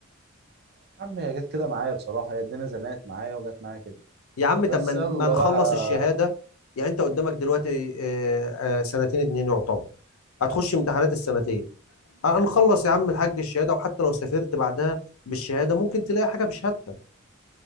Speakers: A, on the right; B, on the left.
A: يا عم هي جت كده معايا بصراحة هي الدنيا زنقت معايا وجت معايا كده
B: يا عم طب
A: بس
B: ما ن-
A: يلا
B: ما نخلص
A: بقى
B: الشهادة يعني انت قدامك دلوقتي آه، آه، سنتين اتنين يعتبر هتخش امتحانات السنتين هنخلص يا عم الحاج الشهادة وحتى لو سافرت بعدها بالشهادة ممكن تلاقي حاجة بشهادتك